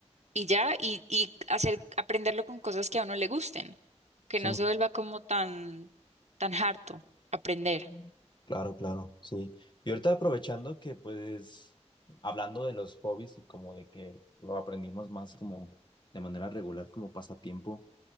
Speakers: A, on the right (about 75°); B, on the left (about 40°).
A: y ya, y, y hacer, aprenderlo con cosas que a uno le gusten, que
B: sí,
A: no se vuelva como tan, tan harto aprender.
B: Mm. claro, claro, sí. Y ahorita aprovechando que pues hablando de los hobbies y como de que lo aprendimos más como de manera regular, como pasatiempo.